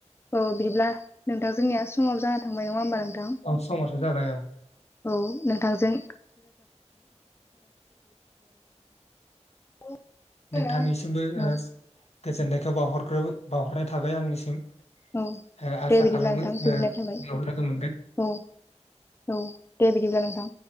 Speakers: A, on the left (about 20°); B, on the left (about 65°).
A: औ बिदिब्ला नोंथां जोंनिया समाव जा‌ बाय नङा होमबा नोंथां
B: औ समाथ' जाबाय औ
A: औ नोंथांजों <unintelligible>
B: नोंथांनिसिमबो
A: नोंथां
B: ओ गोजोन्नायखौ बावहरग्रोबो बावहरनाय थाबाय आंनिसिम
A: औ
B: ओ आसा
A: दे बिदिब्ला
B: खालामो
A: नोंथां गोजोननाय
B: ओ
A: थाबाय
B: उनाव लोगो मोनगोन।
A: औ औ दे बिदिब्ला नोंथां।